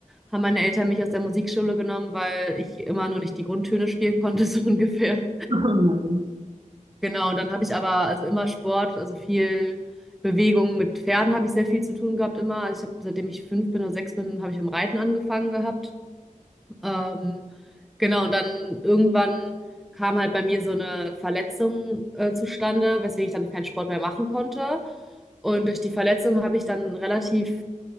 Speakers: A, in the centre; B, on the right (about 40°).
A: haben meine Eltern mich aus der Musikschule genommen, weil ich immer nur nicht die Grundtöne spielen konnte, <laughs> so ungefähr.
B: <laughs> oh nein.
A: Genau, und dann habe ich aber also immer Sport, also viel Bewegung mit Pferden habe ich sehr viel zu tun gehabt immer. Also ich habe, seitdem ich fünf bin oder sechs bin, habe ich mit dem Reiten angefangen gehabt. Ähm, genau, und dann irgendwann kam halt bei mir so eine Verletzung äh, zustande, weswegen ich dann keinen Sport mehr machen konnte. Und durch die Verletzung habe ich dann relativ